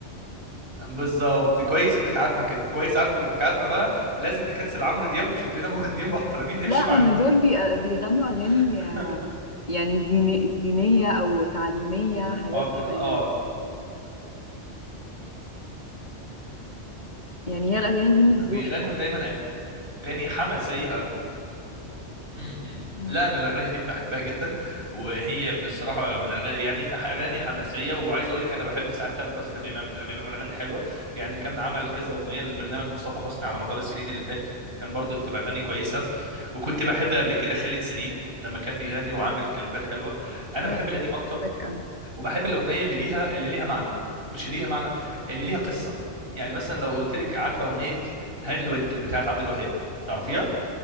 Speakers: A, on the right; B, on the left.
A: بالظبط كويس انك عارفه كده كويس عارفك انك عارفه بقى لازم نكنسل عمرو دياب ونشوف لنا مغنيين <laughs> محترمين نمشي
B: لا ان
A: معاهم
B: دول بي- بيغنوا اغاني
A: <laughs>
B: آه، يعني ديني- دينية او تعليمية حاجات
A: اه بي...
B: كده
A: اه
B: يعني يعني هي الأغاني دي مش
A: بيغنوا
B: ذوقي أوي
A: دايما اغاني حماسيه امم
B: مم.
A: لا انا الاغاني دي بحبها جدا وهي من الصراحه من اغاني يعني في اغاني حماسيه وعايز اقول لك انا بحب ساعات تامر حسني لما بيعمل لما بيعمل اغاني حلوه يعني كان عمل كذا اغنيه لبرنامج مصطفى حسني على مدار السنين اللي فاتت كان برضه بتبقى اغاني كويسه وكنت بحب قبل كده خالد سليم لما كان بيغني وعامل كليبات حلوه انا
B: هي
A: بحب القديم اكتر
B: هتحبك أوي
A: وبحب الاغنيه اللي ليها اللي ليها معنى مش اللي ليها معنى اللي ليها قصه يعني مثلا لو قلت لك عارفه اغنيه هاني الود بتاعت عبد الوهاب تعرفيها